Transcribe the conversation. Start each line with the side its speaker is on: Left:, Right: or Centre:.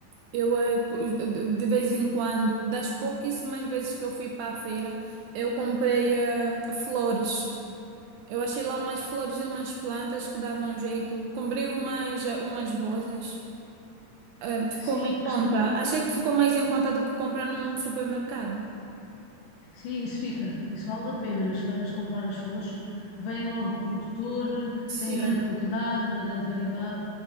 Right: Eu, eh, co- de de vez em quando, das pouquíssimas vezes que eu fui para a feira, eu comprei eh, flores. Eu achei lá umas flores e umas plantas que davam jeito. Comprei umas, eh, umas rosas. eh, ficou
Left: Sim,
Right: mais em
Left: costuma,
Right: conta. Achei que ficou mais em conta do que comprar num supermercado.
Left: sim, isso fica, isso vale a pena nas feiras comprar as flores, vêm logo do produtor,
Right: Sim,
Left: têm grande quantidade, uma grande variedade,